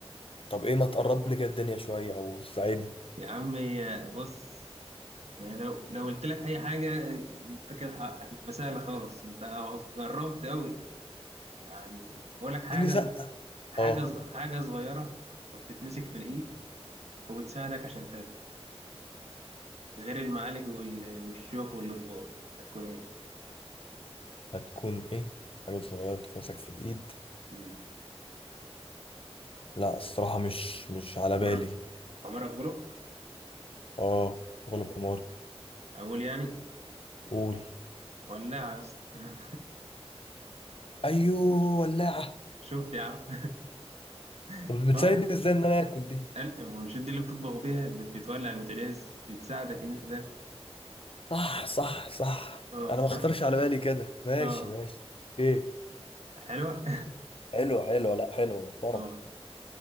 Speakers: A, on the left; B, on the right.
A: طب ايه ما تقرب لي كده الدنيا شوية او ساعدني
B: يا عمي بص ما هي لو لو قلت لك اي حاجه انت كده ه- هتبقى سهله خالص انت جربت قوي يعني اقول لك حاجه
A: اديني زقة
B: حاجه
A: اه
B: ز- حاجه صغيره وبتتمسك في الايد وبتساعدك عشان تاكل غير المعالج وال- والشوك والاطباق هتكون ايه
A: هتكون ايه حاجة صغيرة بتتمسك في الإيد
B: مم.
A: لا الصراحة مش مش على بالي
B: عمرك عمرك غلب
A: اه غلب حماري
B: اقول يعني
A: قول
B: ولاعه يا اسطى <laughs>
A: أيوه ولاعة
B: شفت يا عم <laughs>
A: طب بتساعدني
B: اه
A: ازاي إن أنا آكل دي
B: قال- مش دي اللي بتطبخ بيها بت- بتولع البوتاجاز بتساعدك ان انت تاكل
A: صح صح صح
B: اه
A: أنا ما خطرش على بالي كده ماشي
B: اه
A: ماشي ايه
B: <clears throat> حلوة
A: حلوة حلوة لا حلوة محترم
B: <laughs> اه